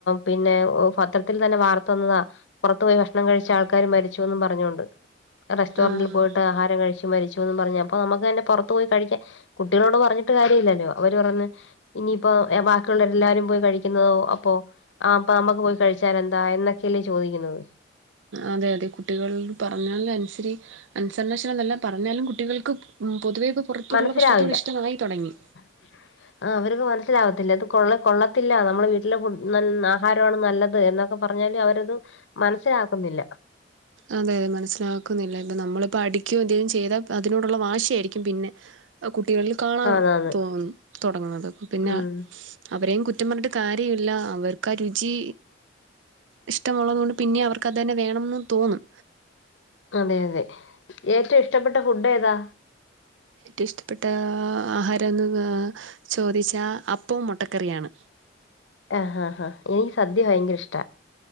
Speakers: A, on the left; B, on the right.
A: പിന്നെ പത്രത്തിൽ തന്നെ വാർത്ത വന്നതാ പൊറത്തു പോയി ഭക്ഷണം കഴിച്ച ആൾക്ക് മരിച്ചുന്ന് പറഞ്ഞോണ്ട് റെസ്റ്റോറന്റി
B: ആഹ്
A: പോയിട്ട് ആഹാരം കഴിച്ചു മരിച്ചു പറഞ്ഞപ്പോ നമുക്ക് തന്നെ പുറത്ത് പോയി കഴിക്കൻ. കുട്ടികളോട് പറഞ്ഞിട്ട് കാര്യം ഇല്ലല്ലോ അവര് പറഞ്ഞ് ഇനിയിപ്പോ ബാക്കിയുള്ളരെ എല്ലാരും പോയി കഴിക്കുന്നതോ അപ്പൊ ആ അപ്പ നമ്മക്ക് പോയി കഴിച്ചാൽന്താ എന്നൊക്കെയല്ലേ ചോദിക്കുന്നത്
B: അതെ അതെ കുട്ടികൾ പറഞ്ഞാൽ അനുസരി അൻസരനശനം എന്നല്ല പറഞ്ഞാലും കുട്ടികൾക്ക് പൊതുവെയുപ്പ് പുറത്തുള്ള
A: മനസ്സിലാവില്ല
B: ഭക്ഷണത്തോട് ഇഷ്ടായി തുടങ്ങി.
A: <inaudible> ആഹ് അവർക്ക് മനസ്സിലാവകത്തില്ല അത് കൊള്ള കൊള്ളത്തില്ല നമ്മൾ വീട്ടിലെ ആഹാരമാണ് നല്ലത് എന്ന ക്കെ പറഞ്ഞാല് അവരത് മനസ്സിലാക്കുന്നില്ല
B: അതെ മനസ്സിലാക്കുന്നില്ല ഇപ്പം നമ്മളിപ്പോൾ അടിക്കൊ എന്തെങ്കിലും ചെയ്താൽ അതിനോടുള്ള വാശി ആയിരിക്കും പിന്നെ അത് കുട്ടികളിൽ കാണാം
A: ആന്നാന്ന്
B: തോന്നുന്നു തുടങ്ങുന്നത് അപ്പോ പിന്നെ
A: ഉം
B: അവരെയും കുറ്റം പറഞ്ഞിട്ട് കാര്യല്ല അവർക്ക് ആ രുചി. ഇഷ്ടമുള്ളതുകൊണ്ട് പിന്നെ അവർക്ക് അത് തന്നെ വേണന്ന് തോന്നും
A: അതെ അതെ ഏറ്റവും ഇഷ്ടപ്പെട്ട ഫുഡ് ഏതാ
B: ഏറ്റവും ഇഷ്ടപ്പെട്ട ആഹാരമെന്ന് ചോദിച്ചാൽ അപ്പവും മുട്ടക്കറിയാണ്.
A: ആഹ് ആ ഹാ എനിക്ക് സദ്യ ഭയങ്കര ഇഷ്ട